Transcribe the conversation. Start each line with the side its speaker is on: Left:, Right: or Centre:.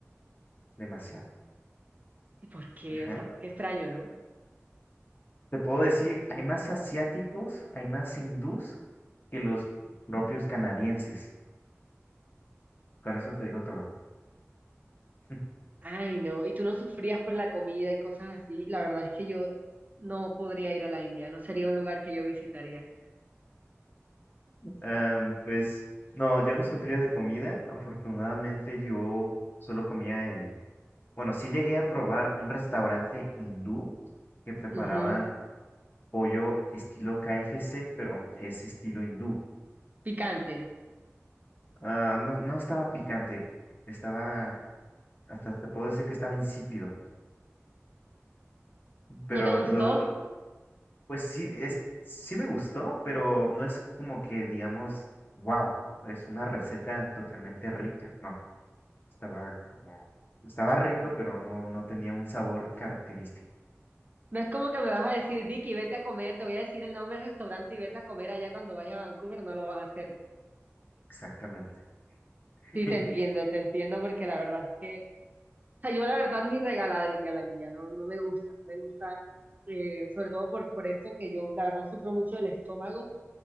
Left: demasiado.
Right: ¿Y por qué?
Left: Ajá.
Right: O sea, qué extraño, ¿no?
Left: Te puedo decir, hay más asiáticos, hay más hindús que los propios canadienses. Con eso te digo todo. <laughs>
Right: Ay, no. ¿Y tú no sufrías por la comida y cosas así? La verdad es que yo no podría ir a la India, no sería un lugar que yo visitaría.
Left: Em, pues no, yo no sufría de comida. Afortunadamente yo solo comía en... Bueno, sí llegué a probar un restaurante hindú que preparaban
Right: Ujú.
Left: pollo estilo KFC, pero es estilo hindú.
Right: Picante.
Left: Ah, no, no estaba picante, estaba... Hasta te puedo decir que estaba insípido. Pero
Right: ¿No te gustó?
Left: lo, lo- pues sí, es, sí me gustó, pero no es como que digamos, wow, es una receta totalmente rica, no. Estaba como, estaba rico, pero no, no tenía un sabor característico,
Right: No es como que me vas a decir, Vicky, vete a comer, te voy a decir el nombre del restaurante y vete a comer allá cuando vayas a Vancouver, no lo vas a hacer.
Left: exactamente. <laughs>
Right: Sí, te entiendo, te entiendo porque la verdad es que, o sea, yo la verdad ni regalada iría a la India, no, no me gusta, me gusta, eh, sobre todo por, por esto que yo la verdad sufro mucho del estómago